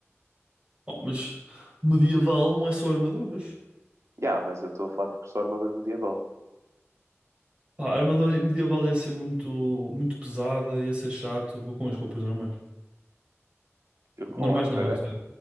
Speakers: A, on the right; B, on the right.
A: Oh, mas medieval não é só armaduras.
B: E há, mas eu estou a falar, tipo, só armadura medieval.
A: Pá, a armadura medieval ia ser muito, muito pesada, ia ser chato. Vou com as roupas normais.
B: Eu com
A: Normais
B: as de
A: não,
B: bebé?
A: mas,